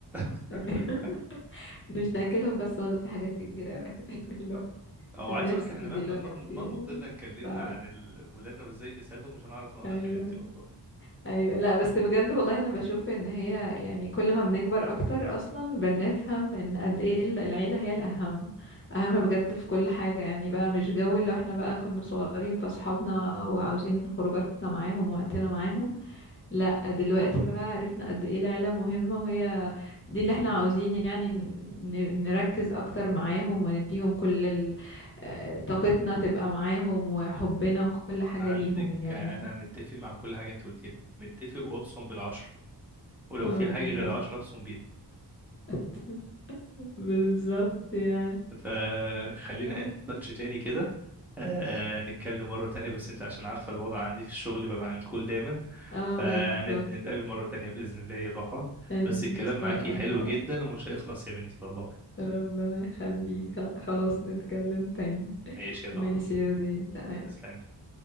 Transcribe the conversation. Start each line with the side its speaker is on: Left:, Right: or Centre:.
Centre: <laughs>
Left: أيوة <laughs> مش ناكلهم بس والله في حاجات كتير أوي تاكلهم
Centre: او
Left: النيرسري
Centre: عايز اقول لك احنا مهما
Left: دلوقتي
Centre: مهما مهما فضلنا اتكلمنا
Left: صعب
Centre: عن ال- ولادنا وازاي نساعدهم مش هنعرف نوقف
Left: أيوة
Centre: يا بنتي والله
Left: أيوة لا بس بجد والله أنا بشوف إن هي يعني كل ما بنكبر أكتر أصلا بنفهم إن قد إيه ال- العيلة هي الأهم أهم بجد في كل حاجة يعني بقى مش جو اللي احنا بقى كنا صغيرين فأصحابنا وعاوزين خروجاتنا معاهم ووقتنا معاهم لا دلوقتي بقى عرفنا قد ايه العيلة مهمة وهي دي اللي احنا عاوزين يعني ن- نركز اكتر معاهم ونديهم كل ال- آه، طاقتنا تبقى معاهم وحبنا وكل حاجة
Centre: عندك
Left: ليهم يعني
Centre: آه، انا متفق مع كل حاجة انت قلتيها متفق وابصم بالعشر ولو
Left: اه
Centre: في
Left: بالظبط
Centre: حاجة غير العشرة ابصم بيها
Left: <laughs> بالظبط يعني
Centre: فخلينا
Left: اه
Centre: ان تاتش تاني كده آه نتكلم مرة تانية بس انت عشان عارفة الوضع عندي في الشغل ببقى عنكول دايما
Left: آه،
Centre: فنتقابل
Left: بالظبط
Centre: مرة تانية بإذن الله يا ضحى
Left: ان
Centre: بس الكلام
Left: شاء
Centre: معاكي
Left: الله
Centre: حلو جدا ومش هيخلص يا بنتي والله
Left: ربنا يخليك لا خلاص نتكلم تاني
Centre: ماشي يا ضحى
Left: ماشي يا زين تمام
Centre: تسلمي